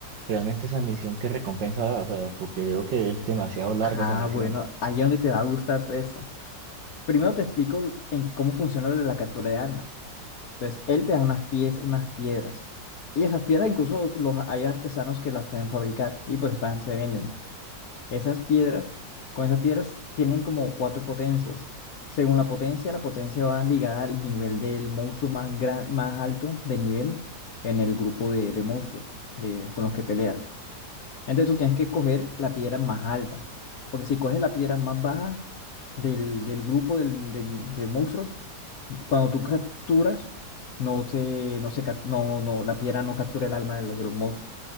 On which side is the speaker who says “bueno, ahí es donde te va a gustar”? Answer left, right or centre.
Left